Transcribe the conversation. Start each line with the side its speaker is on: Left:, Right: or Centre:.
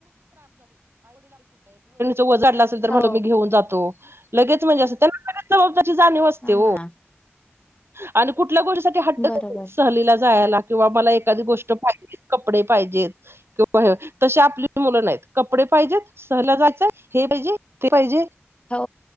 Right: ओझं आणलं असेल तर
Left: हो
Right: म्हटलं मी घेऊन जातो. लगेच म्हणजे अस् <unintelligible> त्याची जाणीव असते
Left: हा
Right: ओ. आणि कुट् कुठल्या गोष्टीसाठी हट्ट,
Left: बरोबर
Right: सहलीला जायला. किंवा मला एखादी गोष्ट पाहिजे, कपडे पाहिजेत, किंवा ह तसे आपली मुलं नाही कपडे पाहिजेत सहला जायचय हे पाहिजे ते पाहिजे.
Left: हो,